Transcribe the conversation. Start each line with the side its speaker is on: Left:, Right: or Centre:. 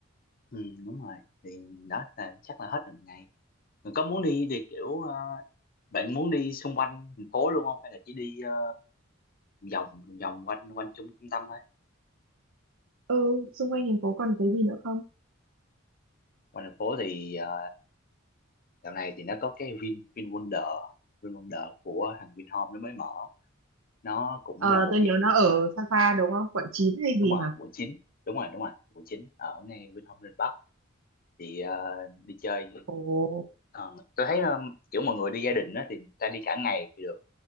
Left: ừ, đúng rồi thì đó là chắc là hết một ngày có muốn đi thì kiểu ờ, bạn muốn đi xung quanh thành phố luôn không hay là chỉ đi ờ, vòng vòng quanh quanh trung trung tâm thôi
Right: ừ xung quanh thành phố còn cái gì nữa không
Left: quanh thành phố thì ờ, dạo này thì nó có cái Vin Vin Wonder Vin Wonder của thằng Vinhome nó mới mở nó cũng
Right: ờ
Left: là một
Right: tôi nhớ
Left: dạng
Right: nó ở
Left: ờ,
Right: xa
Left: ờ,
Right: xa đúng không quận 9 hay
Left: đúng
Right: gì
Left: rồi
Right: hả
Left: quận 9 đúng rồi đúng rồi quận 9 ở ngay Vinhome Linh Bắc thì ờ, đi chơi
Right: Ồ,
Left: Ờ, tôi thấy ờ, kiểu mọi người đi gia đình á thì ta đi cả ngày thì được